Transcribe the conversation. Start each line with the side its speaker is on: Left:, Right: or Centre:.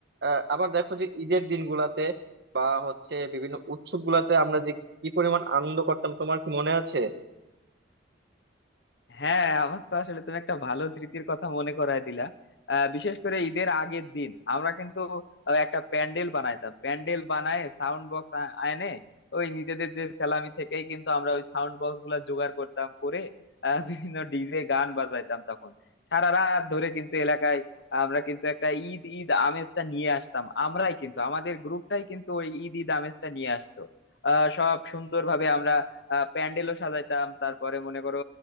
Right: আহ, আবার দেখো যে ঈদের দিনগুলাতে বা হচ্ছে বিভিন্ন উৎসব গুলাতে আমরা যে কি পরিমাণ আনন্দ করতাম তোমার কি মনে আছে
Left: হ্যাঁ আমার তো আসলে তুমি একটা ভালো স্মৃতির কথা মনে করায় দিলা আহ, বিশেষ করে ঈদের আগের দিন আমরা কিন্তু আহ, একটা প্যান্ডেল বানাইতাম প্যান্ডেল বানায় সাউন্ড বক্স আনে ওই নিজেদের যে স্যালামি থেকেই কিন্তু আমরা ওই সাউন্ড বক্স গুলা জোগাড় করতাম করে আহ, বিভিন্ন ডিজে গান বাজাইতাম তখন সারা রাত ধরে কিন্তু এলাকায় আমরা কিন্তু একটা ঈদ ঈদ আমেজটা নিয়ে আসতাম আমরাই কিন্তু আমাদের গ্রুপটাই কিন্তু ওই ঈদ ঈদ আমেজটা নিয়ে আসতো আহ সব সুন্দরভাবে আমরা প্যান্ডেলও সাজাইতাম তারপরে মনে করো